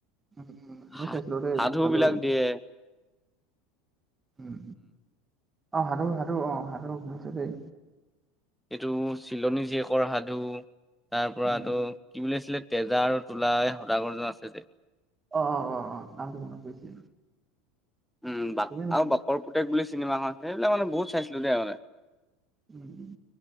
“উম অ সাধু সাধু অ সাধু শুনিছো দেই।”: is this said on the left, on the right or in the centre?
Right